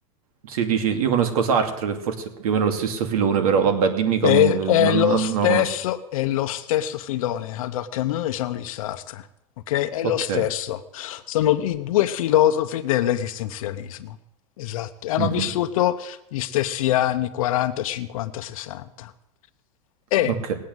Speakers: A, on the right; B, on the left.
A: si dici, io conosco Sartre, che forse è più o meno lo stesso filone, però vabbè, dimmi Camus,
B: È,
A: eh,
B: è
A: non,
B: lo
A: non-
B: stesso,
A: non lo conosco.
B: è lo stesso filone, Albert Camus e Jean-Louis Sartre, ok? È
A: Ok,
B: lo stesso. Sono i due filosofi dell'esistenzialismo. Esatto. E Hanno
A: Mhm,
B: vissuto gli stessi anni 40, 50, 60. E
A: ok.